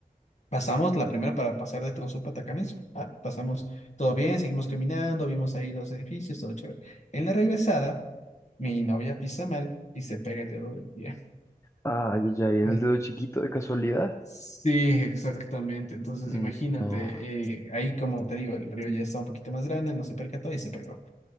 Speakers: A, on the left (about 50°); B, on the left (about 20°).
A: pasamos la primera para pasar de Tonsupa a Tacanes. ah, pasamos todo bien, seguimos caminando, vimos ahí los edificios, todo chévere. En la regresada, mi novia pisa mal y se pega el dedo del pie. <laughs>
B: Ay, ya, ¿y en
A: Bueno,
B: el dedo chiquito de casualidad?
A: Sí, exactamente. Entonces,
B: Mm,
A: imagínate,
B: No,
A: eh, ahí como te digo, el río ya está un poquito más grande, no se percató y se pegó.